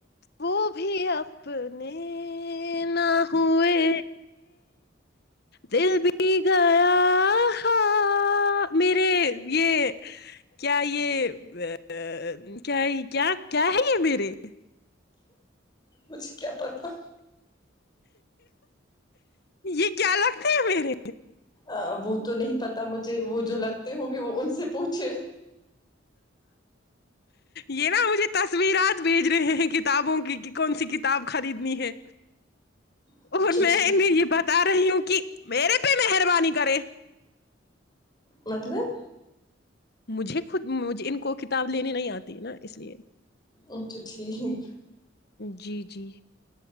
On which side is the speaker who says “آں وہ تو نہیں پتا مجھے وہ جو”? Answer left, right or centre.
Left